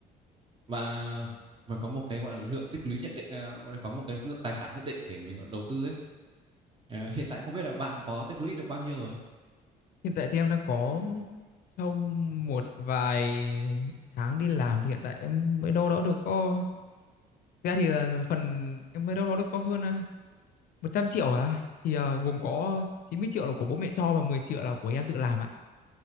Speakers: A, on the right (about 30°); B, on the left (about 60°).
A: và phải có một cái gọi là lượng tích lũy nhất định à, phải có một cái lượng tài sản nhất định để mình đầu tư ấy Ờ, hiện tại không biết là bạn có tích lũy được bao nhiêu rồi
B: Hiện tại thì em đang có sau một vài tháng đi làm thì hiện tại em mới đâu đó được có thực ra thì là phần em mới đâu đó được có hơn à, 100 triệu à thì à, gồm có 90 triệu là của bố mẹ cho và 10 triệu là của em tự làm ạ